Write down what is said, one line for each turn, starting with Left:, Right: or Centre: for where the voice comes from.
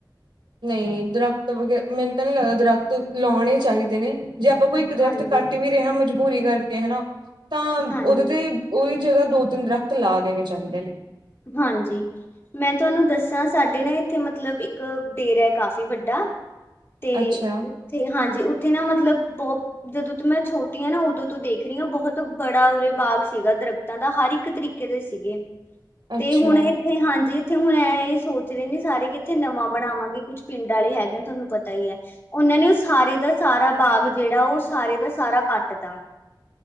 Right: ਨਹੀਂ ਦਰਖਤ, ਮੈਨੂੰ ਤੇ ਨਹੀਂ ਲੱਗਦਾ ਦਰਖਤ ਲਾਉਣੇ ਚਾਹੀਦੇ ਨੇ। ਜੇ ਆਪਾਂ ਕੋਈ-ਦਰਖਤ
Left: ਹਾਂਜੀ
Right: ਕੱਟ ਵੀ ਰਹੇ ਹਾਂ ਮਜ਼- ਬੂਰੀ ਕਰਕੇ ਹਨਾ- ਤਾਂ
Left: ਹਾਂਜੀ
Right: ਉਹਦੇ ਤੇ ਉਹੀ ਜਗ੍ਹਾ- ਦੋ ਤਿੰਨ ਦਰਖ਼ਤ ਲਾ ਦੇਣੇ ਚਾਹੀਦੇ ਨੇ।
Left: ਹਾਂਜੀ ਮੈਂ ਤੁਹਾਨੂੰ ਦੱਸਾਂ ਸਾਡੇ ਨਾ ਇੱਥੇ ਮਤਲਬ ਇੱਕ ਡੇਰਾ ਐ ਕਾਫ਼ੀ ਵੱਡਾ- ਤੇ
Right: ਅੱਛਾ
Left: ਉੱਥੇ ਹਾਂਜੀ ਊ- ਤੇ ਨਾ ਮਤਲਬ- ਬਹੁ ਜਦੋਂ ਤੂੰ ਮੈਂ ਛੋ- ਟੀ ਆ ਨਾ ਉਦੋਂ ਤੋਂ ਦੇਖ ਰਹੀਆਂ ਬਹੁਤ ਬੜਾ ਉਰੇ ਬਾਗ ਸੀਗਾ ਦਰਖਤਾਂ ਦਾ ਹਰ ਇੱਕ ਤਰੀਕੇ ਦੇ ਸੀਗੇ।
Right: ਅੱਛਾ
Left: ਤੇ ਹੁਣ ਇੱਥੇ ਹਾਂਜੀ- ਇੱਥੇ ਹੁਣ ਇਹ ਸੋਚ ਰਹੇ ਨੇ ਸਾਰੇ ਕਿ ਇੱਥੇ ਨਵਾਂ ਬਣਾਵਾਂਗੇ ਕੁੱਛ ਪਿੰਡ ਵਾਲੇ ਹੈਗੇ ਨੇ ਤੁਹਾਨੂੰ ਪਤਾ ਹੀ ਹੈ ਉਹਨਾਂ ਨੇ ਉਹ ਸਾਰੇ ਦਾ ਸਾਰਾ ਬਾਗ ਜਿਹੜਾ ਉਹ ਸਾਰੇ ਦਾ ਸਾਰਾ ਕੱਟ ਤਾ।